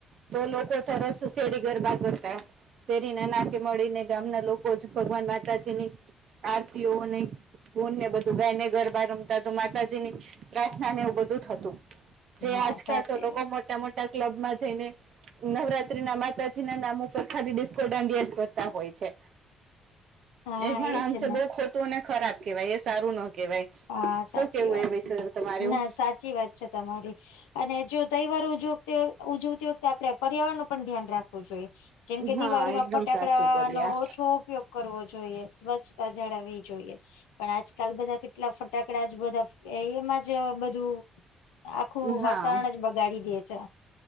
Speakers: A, on the right (about 60°); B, on the left (about 80°).
A: તો લોકો સરસ સેરી ગરબા કરતા શેરી ના નાકે મળીને ગામના લોકો જ ભગવાન માતાજી ની આરતીઓને ધૂન ને બધું ગાઈને ગરબા રમતા તો માતાજી ની પ્રાર્થના ને એવું બધું થતું. જે
B: હા
A: આજકાલ
B: સાચી
A: તો લોકો
B: વાત
A: મોટા મોટા ક્લબ માં જઈને નવરાત્રી ના માતાજી ના નામ ઉપર ખાલી ડિસ્કો દાંડિયા જ કરતા હોય છે.
B: હા
A: એ પણ
B: એજ
A: અશે
B: ને
A: બો ખોટું અને ખરાબ કેવાય એ સારું ન કેવાય.
B: હા
A: શું
B: સાચી
A: કેવું
B: વાત
A: એ વિષય
B: છે.
A: તમારું?
B: ના સાચી વાત છે તમારી. અને જો તહેવાર ઉજવ ઉજવતી વખતે આપડે પર્યાવરણ નું પણ ધ્યાન રાખવું જોઈએ. જેમ કે
A: હા
B: દિવાળી માં
A: એકદમ
B: ફટાકડા
A: સાચું બોલ્યા
B: નો ઓછો ઉપયોગ કરવો જોઈએ, સ્વચ્છતા જાળવવી જોઈએ પણ આજકાલ બધા કેટ કેટલા ફટાકડા જ બધા એમા જ બધું આખું
A: હા
B: વાતાવરણ જ બગડી બગાડી દે છે.